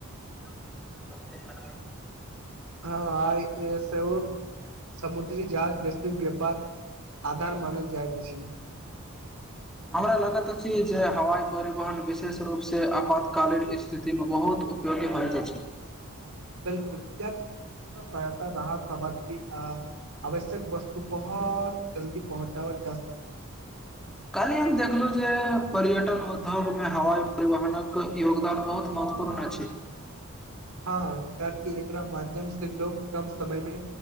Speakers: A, in the centre; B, on the right.
A: <unintelligible>
B: हँ, आ सब समुद्री जहाज, वैश्विक व्यापार आधार मानल जाइत छै।
A: हमरा लगैत अछि जे हवाई परिवहन विशेष रूप सँ आपातकालीन स्थिति मे बहुत उपयोगी होइत अछि।
B: बिल्कुल, याकि चिकित्सा सहायता, राहत सामग्री आ आवश्यक वस्तु बहुत जल्दी पहुँचाओल जा सकैत छै।
A: काल्हि हम देखलहुँं जे पर्यटन उद्योगमे हवाई परिवहनक योगदान बहुत महत्वपूर्ण अछि।
B: हँ, कियाकि एकरा माध्यम से लोग कम समय मे